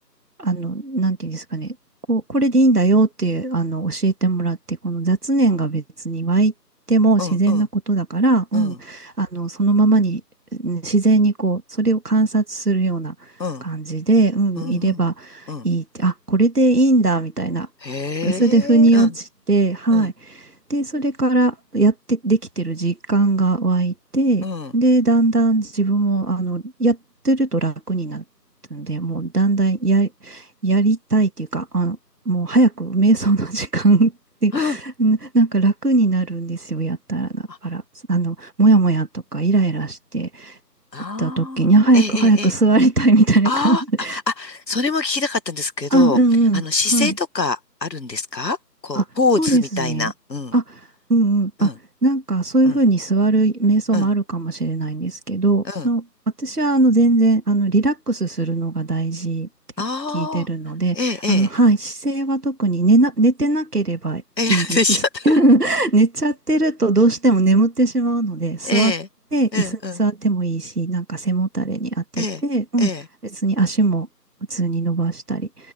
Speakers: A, on the right (about 65°); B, on the left (about 80°).
A: あの、なんていうんですかね、こう、これでいいんだよっていう、あの、教えてもらって、この雑念が別に湧いても自然なことだから、
B: うん、うん、
A: うん、
B: うん、
A: あの、そのままに、うん自然にこう、それを観察するような感じで、
B: うん、
A: うん、
B: うん、
A: いればいいって、
B: うん。うん
A: あ、これでいいんだ、みたいな、
B: へえ、
A: それで腑に落ちて、
B: うん、
A: はい。
B: うん、
A: で、それからやってできてる実感が湧いて、
B: うん。
A: で、だんだん自分も、あの、やってると楽になったんで、もうだんだんや、やりたいっていうか、あの、もう早く瞑想の時間っていうか、
B: うん
A: <laughs> ななんか楽になるんですよ、やったら。だから、
B: あ
A: あの、もやもやとかイライラして
B: あー、
A: た時に、あ早く早く座りたいみたいな感じで、
B: ええ、ええ、ああ、あ、あ、それも聞きたかったんですけど、
A: あ、うんうん、
B: あの、姿勢とかあるんですかこう、
A: はい。あ、
B: ポーズみたいな。
A: そうですね。
B: うん、
A: あ、うんうん。あ、
B: うん、
A: なんかそういうふうに座る瞑想もあるかもしれないんですけど、
B: うん、うん、うん。
A: の、私はあの全然あのリラックスするのが大事って聞いてるので、
B: ああ、ええ、ええ、
A: あの、はい、姿勢は特に寝な、寝てなければいいみ、
B: ええ、<laughs> でしょ
A: い <laughs> 寝ちゃってるとどうしても眠ってしまうので、座って、
B: ええ、ええ、
A: 椅子に座ってもいいし、
B: うん、
A: なんか背もたれに当てて、
B: ええ、
A: うん、
B: ええ、
A: 別に足も普通に伸ばしたり。